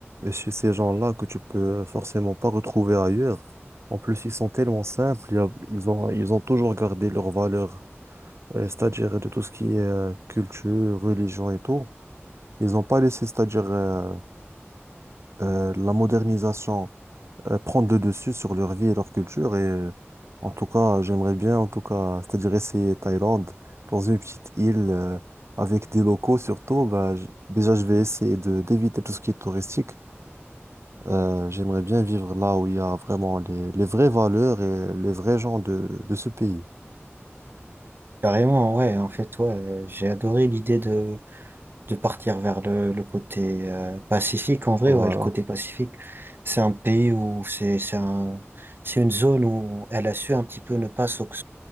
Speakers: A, on the right (about 70°); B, on the right (about 50°).
A: chez ces gens-là que tu peux forcément pas retrouver ailleurs. En plus, ils sont tellement simples, il y a- ils ont, ils ont toujours gardé leurs valeurs, euh, c'est-à-dire de tout ce qui est euh, culture, religion et tout. Ils n'ont pas laissé, c'est-à-dire euh, euh, la modernisation. euh, prendre le dessus sur leur vie et leur culture. Et euh, en tout cas, j'aimerais bien, en tout cas, c'est-à-dire essayer Thaïlande dans une petite île euh, avec des locaux surtout. Bah, j- déjà, je vais essayer de d'éviter tout ce qui est touristique. Euh, j'aimerais bien vivre là où il y a vraiment les, les vraies valeurs et les vrais gens de, de ce pays.
B: Carrément, ouais. En fait, ouais, euh, j'ai adoré l'idée de de partir vers le, le côté euh, Pacifique. En vrai,
A: Voilà,
B: ouais, le côté Pacifique, c'est un pays où c'est c'est un, c'est une zone où elle a su un petit peu ne pas s'oc-